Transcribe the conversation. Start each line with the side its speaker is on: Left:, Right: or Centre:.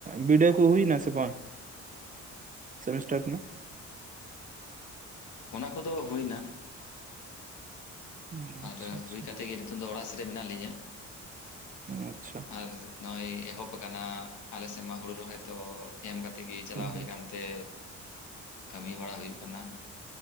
Right: ᱵᱤᱰᱟᱹᱣ ᱠᱚ ᱦᱩᱭᱮᱱᱟ ᱥᱮ ᱵᱟᱝ ᱥᱮᱢᱤᱥᱴᱟᱨ ᱨᱮᱱᱟᱜ?
Left: ᱚᱱᱟ ᱠᱚᱫᱚ ᱦᱩᱭᱱᱟ ᱾
Right: ᱚ, ᱟᱪᱪᱷᱟ
Left: ᱟᱨ
Right: ᱟᱪᱪᱷᱟ
Left: ᱦᱩᱭ ᱠᱟᱛᱮᱜ ᱜᱮ ᱱᱤᱛᱚᱝ ᱫᱚ ᱚᱲᱟᱜ ᱥᱮᱫ ᱨᱮ ᱢᱮᱱᱟᱜ ᱞᱤᱧᱟᱹ ᱾
Right: ᱟᱪᱪᱷᱟ᱾
Left: ᱟᱨ ᱱᱚᱜᱼᱚᱭ ᱮᱦᱚᱵ ᱟᱠᱟᱱᱟ ᱟᱞᱮ ᱥᱮᱫ ᱢᱟ ᱦᱩᱲᱩ ᱨᱚᱦᱚᱭ ᱛᱚ ᱮᱢ ᱠᱟᱛᱮ ᱜᱮ ᱪᱟᱞᱟᱣ
Right: ᱦᱩᱸ
Left: ᱦᱩᱭ ᱠᱟᱱ ᱛᱮ ᱠᱟᱹᱢᱤ ᱵᱟᱲᱟ ᱦᱩᱭᱩᱜ ᱠᱟᱱᱟ